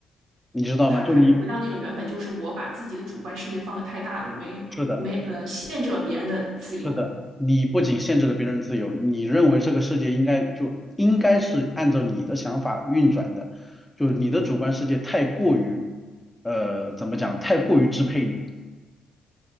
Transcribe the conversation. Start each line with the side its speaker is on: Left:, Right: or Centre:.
Centre: 你知道吗？
Right: 还还是回到那个原本，
Centre: 就你
Right: 就是我把自己的主观世界放得太大了，没有没呃限制了别人的自由，
Centre: 是的。是的，你不仅限制了别人自由，你认为这个世界应该就应该是按照你的想法运转的，就是你的主观世界太过于，呃，怎么讲，太过于支配你，